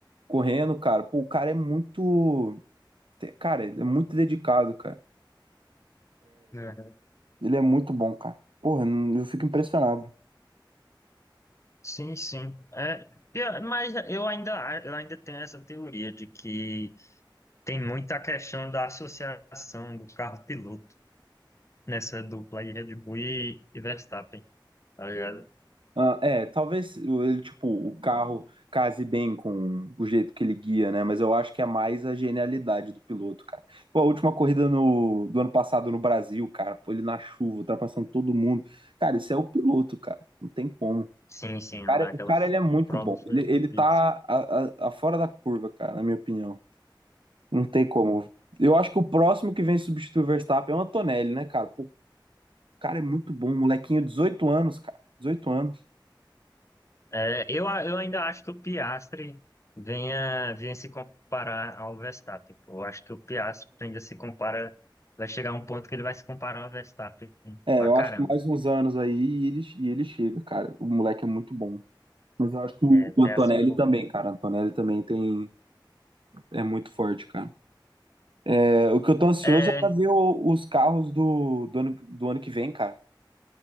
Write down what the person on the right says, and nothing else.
correndo, cara. Pô, o cara é muito. Cara, é muito dedicado, cara.
Ele é muito bom, cara. Porra, eu fico impressionado.
Ah, é, talvez o- ele, tipo, o carro case bem com o jeito que ele guia, né? Mas eu acho que é mais a genialidade do piloto, cara. Pô, a última corrida no, do ano passado no Brasil, cara, pô, ele na chuva, ultrapassando todo mundo. Cara, isso é o piloto, cara. Não tem como.
Cara,
o cara, ele é muito
bom.
Ele, ele tá
a, a- a fora da curva, cara, na minha opinião. Não tem como. Eu acho que o próximo que vem substituir o Verstappen é o Antonelli, né, cara? Pô, o cara é muito bom, molequinho, 18 anos, cara. dezoito anos.
É,
eu
acho que mais uns anos aí e ele, e ele chega, cara. O moleque é muito bom. Mas eu acho que o
o
Antonelli
também, cara. O Antonelli também tem, é muito forte, cara. É, o que eu tô ansioso
é pra ver o- os carros do, do ano, do ano que vem, cara.